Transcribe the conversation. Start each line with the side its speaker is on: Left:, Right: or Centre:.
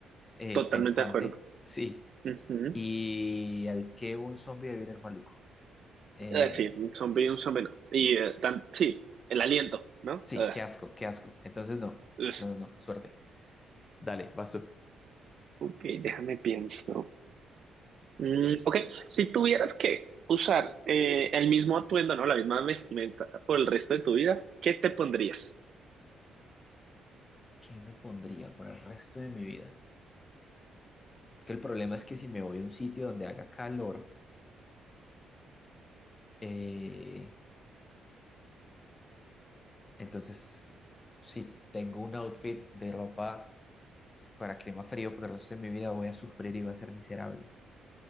Left: eh,
Right: totalmente
Left: pensante,
Right: de acuerdo.
Left: sí.
Right: Ujú.
Left: Y al que un zombie debe el maluco. Eh,
Right: Eh, sí, un zombie
Left: sí,
Right: y un zombie no. Y eh, tan- sí, el aliento, ¿no?
Left: sí,
Right: Ah,
Left: qué asco, qué asco. Entonces no,
Right: ugh.
Left: no, no, no, suerte. Dale, vas tú.
Right: ok, déjame pienso. Mm, ok, si tuvieras que usar eh, el mismo atuendo, ¿no? La misma vestimenta por el resto de tu vida, ¿qué te pondrías?
Left: ¿Qué me pondría por el resto de mi vida? Es que el problema es que si me voy a un sitio donde haga calor, Eh, entonces, sí, tengo un outfit de ropa para clima frío, pero el resto de mi vida voy a sufrir y voy a ser miserable.